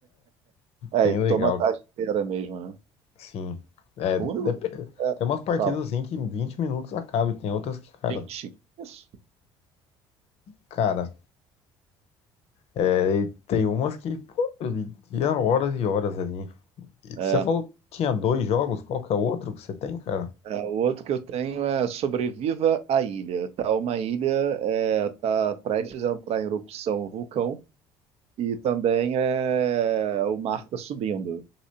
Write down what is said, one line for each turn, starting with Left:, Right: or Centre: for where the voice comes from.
Right: É,
Left: Bem
Right: e toma
Left: legal,
Right: a tarde inteira mesmo, né?
Left: sim. É,
Right: O
Left: dep-
Right: único. É,
Left: tem umas partidas
Right: fala,
Left: assim que em 20 minutos acaba, e tem outras que, cara,
Right: 20? Isso.
Left: cara, é, e tem umas que, pô, ia horas e horas ali. E você
Right: É,
Left: falou que tinha dois jogos, qual que é o outro que você tem, cara?
Right: é, o outro que eu tenho é Sobreviva à Ilha. Tá uma ilha, é, tá prestes a entrar em erupção um vulcão. E também é o mar tá subindo.